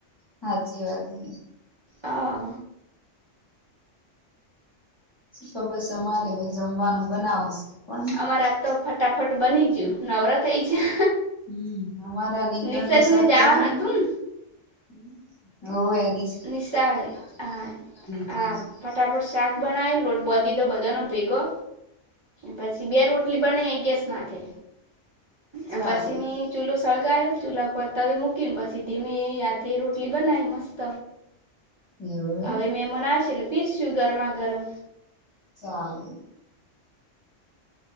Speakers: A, on the left; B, on the right.
A: હાચી વાત હે
B: હા
A: તો બસ અમારે હવે જમવાનું બનાવશે પણ
B: અમારા તો ફટાફટ બની જીઉ નવરા થઈ જા
A: હમ્મ અમારા રીંગણ
B: નિસર્ગને
A: નું શાક
B: જવાનું
A: બનાવ
B: હતું
A: હુ <unintelligible>
B: નિશાળે હા
A: ગયું
B: હા
A: છે
B: ફટાફટ શાક બનાવીન લોટ બધી તો બધાનો ભેગો પછી બે રોટલી બના ગેસમાંથે
A: ચાલે
B: એમ પછી મી ચૂલો સળગાયું ચૂલા ઉપર તવી મૂકી ને પછી ધીમે આતી રોટલી બનાવી મસ્ત
A: એવું
B: હવે
A: એમ
B: મેમાન આવશે એટલે પીરશું ગરમા ગરમ
A: ચાલે